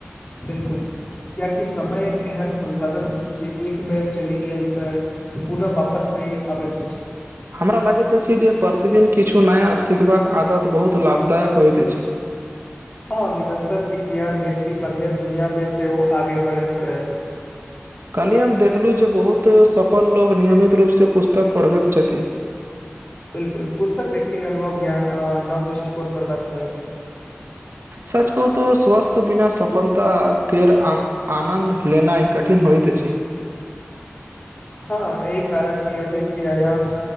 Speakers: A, on the left (about 35°); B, on the right (about 65°).
A: बिलकुल कियकि समय एक एहन संसाधन अछि जे एक बेर चलि गेल तऽ पुनः वापस नहि आबैत छै
B: हमरा लगैत अछि जे प्रतिदिन किछु नया सिखबाक आदत बहुत लाभदायक होइत अछि
A: हँ निरंतर सिखनिहार व्यक्ति बदले दुनिया में सेहो आगे बढ़ैत रहैत अछि
B: कहलिय हम देखलू जे बहुत सफल लोग नियमित रूप से पुस्तक पढ़बैत छथिन
A: बिलकुल पुस्तक व्यक्तिे अनुभव ज्ञान नव दृष्टिकोण प्रदान करे
B: सच कह तो स्वस्थ बिना सफलता केर आनन्द लेनाइ कठिन होइतइत अछि
A: हँ एहि कारण नियमित व्यायाम